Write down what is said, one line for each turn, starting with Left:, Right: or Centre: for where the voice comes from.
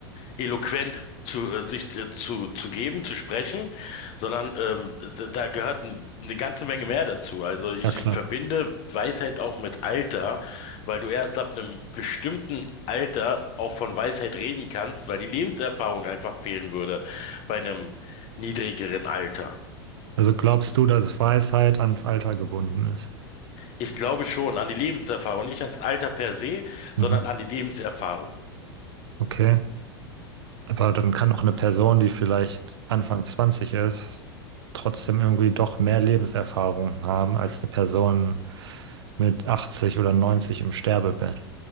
Left: eloquent zu äh, sich äh, zu, zu geben, zu sprechen, sondern ähm, d- da gehört n- eine ganze Menge mehr dazu. Also ich,
Right: Ja, klar.
Left: ich verbinde Weisheit auch mit Alter, weil du erst ab einem bestimmten Alter auch von Weisheit reden kannst, weil die Lebenserfahrung einfach fehlen würde bei einem niedrigeren Alter.
Right: Also glaubst du, dass Weisheit ans Alter gebunden ist?
Left: Ich glaube schon an die Lebenserfahrung, nicht ans Alter per se, sondern
Right: Mhm.
Left: an die Lebenserfahrung.
Right: Okay. Aber dann kann doch eine Person, die vielleicht Anfang 20 ist, trotzdem irgendwie doch mehr Lebenserfahrung haben als eine Person mit 80 oder 90 im Sterbebett.